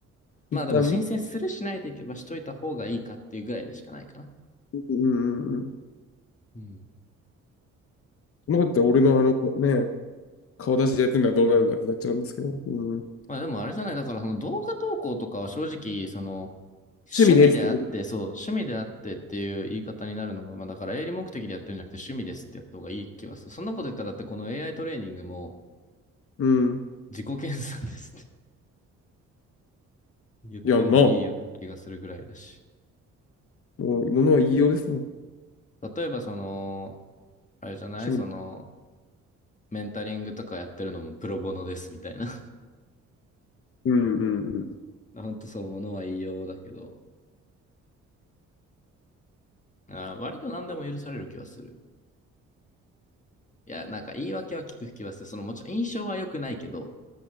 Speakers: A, on the left; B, on the left.
A: 一旦ね。
B: まあでも申請するしないでいけばしといた方がいいかっていうぐらいでしかないかな。
A: うんうんうん。
B: うん。
A: そんなことって俺のあの、ね、顔出しでやってるのはどうなるんだってなっちゃうんですけど。うん、
B: まあでもあれじゃない、だからその動画投稿とかは正直、その、趣味であって、
A: 趣味ですってね。
B: そう、趣味であってっていう言い方になるのが、まあだから営利目的でやってるんじゃなくて趣味ですってやった方がいい気はする。そんなこと言ったらだってこの AI トレーニングも
A: うん。
B: 自己研鑽ですって <laughs> 言ってもいいような気がするぐらいだし。
A: いや、なあ、もう、ものは言いようですね。
B: 例えばその、あれじゃないその、
A: 趣味
B: メンタリングとかやってるのもプロボノですみたいな。
A: うんうん
B: <laughs> ほんとそう、ものは言いようだけど、あ、割と何でも許される気はする。いや、なんか言い訳は聞く気はする。そのもちろん印象は良くないけど、